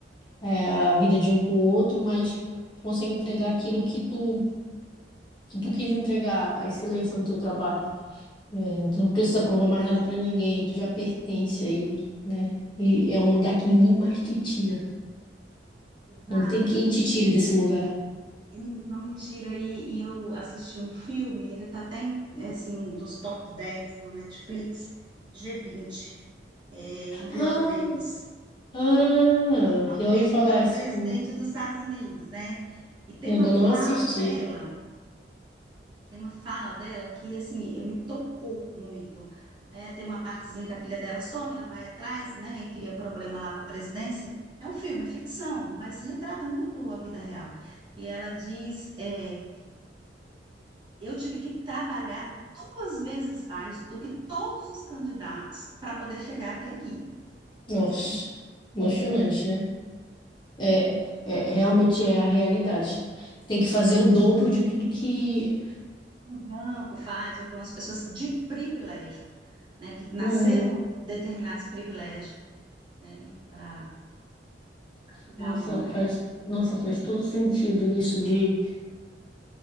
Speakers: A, on the left; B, on the right.
A: é, a vida de um com o outro, mas tu consegue entregar aquilo que tu que tu quis entregar, a excelência no teu trabalho. É, tu não precisa provar mais nada para ninguém, tu já pertence aí, né? E é um lugar que ninguém mais te tira.
B: Exato.
A: Não tem quem te tire desse lugar.
B: E não não me tira aí, e eu assisti um filme, ele tá até em, é assim, um dos top 10 no Netflix, g vinte, é, com Viola
A: Ah,
B: Davis,
A: Ah,
B: uma
A: já
B: preta,
A: ouvi falar esse
B: presidente
A: filme.
B: dos Estados Unidos, né? E tem
A: Ainda
B: uma fala
A: não assisti.
B: dela, tem uma fala dela que, assim, me tocou muito. É, tem uma partezinha que a filha dela some, ela vai atrás, né, e cria problema lá para a presidência. É um filme, é ficção, mas retrata muito a vida real. E ela diz, é Eu tive que trabalhar duas vezes mais do que todos os candidatos para poder chegar até aqui,
A: Nossa,
B: né?
A: emocionante, né? É, é- realmente é a realidade. Tem que fazer o dobro de tudo que.
B: Um branco faz, ou com as pessoas de privilégio, né? Que nasceram
A: Uhum.
B: com determinados privilégios, né? Para chegar
A: Nossa,
B: a algum lugar.
A: faz, nossa, faz todo sentido isso de